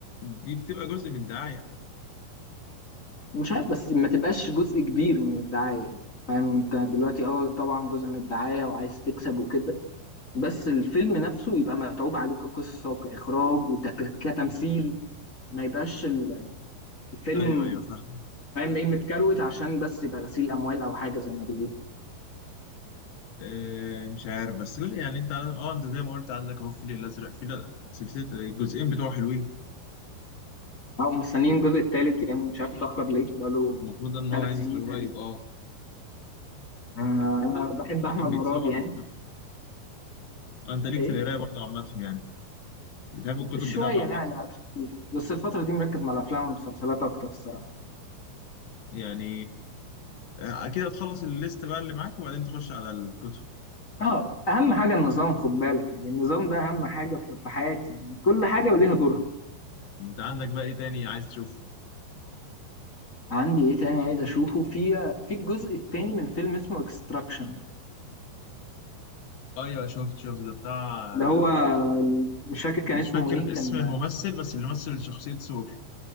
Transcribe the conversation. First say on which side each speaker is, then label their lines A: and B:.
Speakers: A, on the left; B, on the left.
A: دي بتبقى جزء من الدعايه
B: مش عارف بس ما تبقاش جزء كبير من الدعاية يعني فاهم انت دلوقتي اه طبعا جزء من الدعاية وعايز تكسب وكده بس الفيلم نفسه يبقى متعوب عليه كقصة وكإخراج وكتمثيل ما يبقاش ال- الفيلم
A: ايوه ايوه فاهم
B: فاهم ايه متكروت عشان بس يبقى غسيل أموال أو حاجة زي ما بيقولوا
A: آه، مش عارف بس لا يعني انت اه انت زي ما قلت عندك اهو الفيل الازرق في سلسله الجزئين بتوعه حلوين
B: أو مستنيين الجزء التالت يعني مش عارف اتأخر ليه بقاله
A: المفروض ان
B: ثلاث
A: هو هينزل
B: سنين تقريبا
A: قريب اه
B: آه، أنا
A: المفروض
B: بحب
A: ان هو
B: أحمد
A: كان
B: مراد
A: بيتصور
B: يعني
A: من فتره آه، انت ليك
B: ايه
A: في القرايه برضه عامه يعني بتحب الكتب
B: شوية
A: بتاعته عامه
B: يعني بس الفترة دي مركز مع الأفلام والمسلسلات أكتر الصراحة
A: يعني آه، اكيد هتخلص الليست بقى اللي معاك وبعدين تخش على الكتب
B: اه أهم حاجة النظام خد بالك يعني النظام ده أهم حاجة في في حياتي يعني كل حاجة وليها دورها
A: انت عندك بقى ايه تاني عايز تشوفه
B: عندي ايه تاني عايز اشوفه في في الجزء التاني من فيلم اسمه اكستراكشن
A: ايوه شفت شفت ده بتاع
B: اللي هو مش فاكر كان
A: مش
B: اسمه
A: فاكر
B: ايه كان
A: اسم الممثل بس اللي مثل شخصيه سور